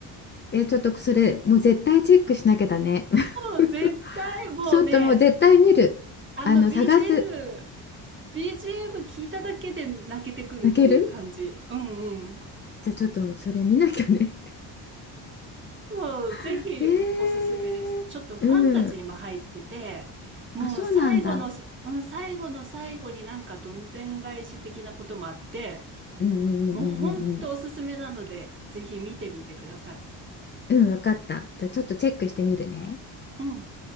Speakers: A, on the left; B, on the right.
A: え、ちょっとそれ、もう絶対チェックしなきゃだね。<laughs>
B: もう絶対もうね
A: ちょっともう絶対見る。
B: あの
A: あの、
B: BGM
A: 探す。
B: BGM 聞いただけで泣けてくるっていう感じうんうん
A: 泣けるじゃあちょっとそれ見なきゃね。
B: もうぜひおすすめですちょっとファンタジーも入っててもう最後の、
A: <laughs> ええ。うん。あ、そうなんだ。
B: うん、最後の最後になんかどんでん返し的なこともあって
A: うんうんうんうんうん
B: もうほんとおすすめなのでぜひ見てみてください
A: うんうんわかったじゃあちょっとチェックしてみるね
B: うん